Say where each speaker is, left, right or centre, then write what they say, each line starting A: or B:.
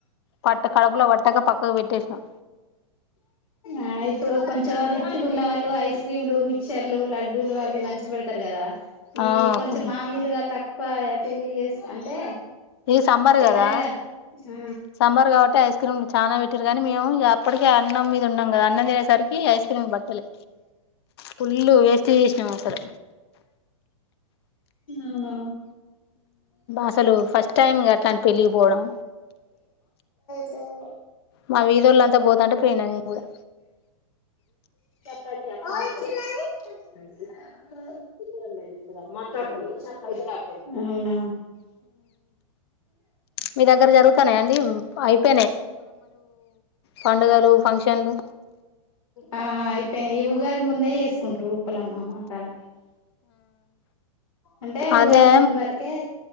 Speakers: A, on the left; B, on the left.
A: పట్ట కడుపులో పట్టక పక్కకు పెట్టసాం
B: ఆ ఇప్పుడు కొంచెం రిచ్ గా ఉన్న వాళ్ళు ఐస్ క్రీమ్లు మిక్చర్లు లడ్డూలు అవి పంచి పెడతరు కదా ఈ
A: ఆ
B: కొంచం
A: ఫుల్
B: మామూలుగా తక్కు ఎక్కువ పెళ్ళిళ్ళ చేస్ అంటే
A: ఇది సమ్మర్ కదా
B: ఎవరైనా ఆ
A: సమ్మర్ కాబట్టి టస్ క్రీమ్ చాలానా పెట్టరు కానీ మేము అప్పటికే అన్నం మీద ఉన్నాం కదా అన్నం తినేసరికి ఐస్ క్రీమ్ బట్టలే ఫుల్లు వేస్ట్ చేసినాము అసలు
B: అవునా
A: అసలు ఫస్ట్ టైం అట్లాంటి పెళ్ళికి పోవడం
B: సో
A: మా వీధోళ్ళంతా పోతుంటే పోయినా నేను కూడా
B: ఐవలిచ్చుల్లది అ అవునా
A: మీ దగ్గర జరుగుతానే అండి అయిపో పండుగలు ఫంక్షన్లు
B: ఆ అయిపోయినయి అది ముందే చేసుకుంట్రు ఉప్పలమ్మ మాకాడ అంటే ఉగాది
A: అదే
B: ముందు వరకే